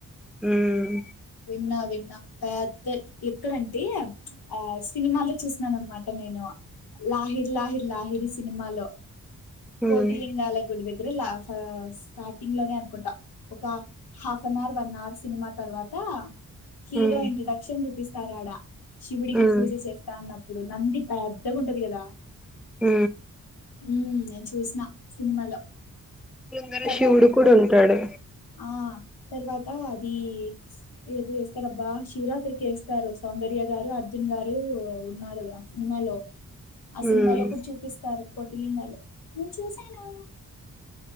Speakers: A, in the centre; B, on the left.
A: మ్మ్
B: విన్నా విన్నా పెద్ద ఎక్కడంటే, ఆ సినిమాల్లో చూసినను అనమాట నేను, లాహిర్ లాహిర్ లాహిర్ సినిమాలో కోటిిలింగాల
A: ఉమ్
B: గుడిద దగ్గర లా స్టార్టింగ్ లోనే అనుకుంటా, ఒక half an hour one hour cinema తర్వాత హీరో
A: ఉమ్
B: ఇంట్రొడక్షన్ చూపిస్ కరోడ శివుడికి
A: ఉమ్
B: పూజ చేస్తా అన్నప్ ఇప్పుడు నంది పెద్దగా ఉంటది కదా
A: మ్
B: ఉ చూసిన సినిమాలో
A: బృందర
B: తర్వాత
A: శివుడు కూడా ఉంటాడు
B: ఆ తర్వాత, అది ఏదో చేస్తార అబ్బా శివరాత్రికి వేస్తారు సౌందర్య గారు అర్జున్ గారు ఉన్నారు ఆ సినిమాలో ఆ సినిమాలో
A: ఉమ్
B: కూడా చూపిస్తారు కోటిలింగాలు నేను చూసాను